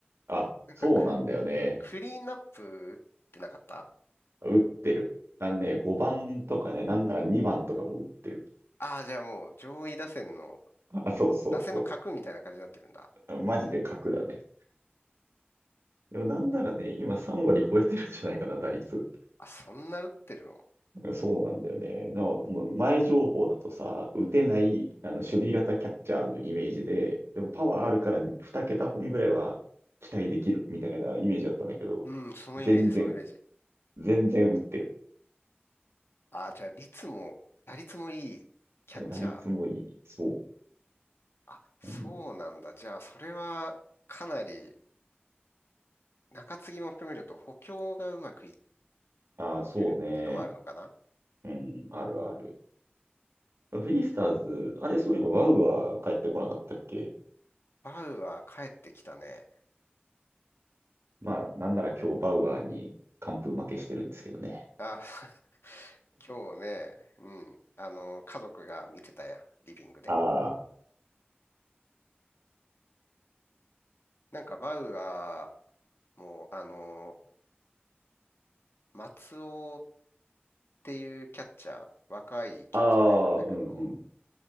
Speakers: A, on the right (about 85°); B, on the left (about 70°).
A: あ、
B: なんかク、
A: そうなんだよね。
B: クリーンナップ打ってなかった
A: 打ってる。あのね、5番とかね、なんなら2番とかも打ってる。
B: ああー、じゃあもう上位打線の、
A: あ、そうそうそ
B: 打線の核みたいな感じになってるんだ。
A: う。マジで格だね。でもなんならね、今3割超えてるんじゃないかな、打率。
B: あ、そんな打ってるの
A: そうなんだよね。だからもう前情報だとさ、打てない、あの、守備型キャッチャーのイメージで、でもパワーあるから2桁本ぐらいは期待できるみたいなイメージだったんだけど、
B: うん、そのイメージ、
A: 全然、
B: そのイメージ。
A: 全然打ってる。
B: あ、じゃあ、率も、打率もいいキャッチャー。
A: 打率もいい。そ
B: あ、そうなんだ。
A: う。うん、
B: じゃあ、それはかなり、中継ぎも含めると補強がうまくいっ
A: ああ、そうね。
B: てるっていうのもあるのかな
A: うん、あるある。ベイスターズ、あれそういえばバウアー帰ってこなかったっけ
B: バウアー帰ってきたね。
A: まあ、なんなら今日バウアーに完封負けしてるんですけどね。
B: あ、<laughs> 今日ね、うん、あの、家族が見てたや、リビングで。
A: あ
B: なんかバウアーも、あの、松尾っていうキャッチャー、若いキャッチャーがいるんだけど、
A: あ、ああ、うんうん。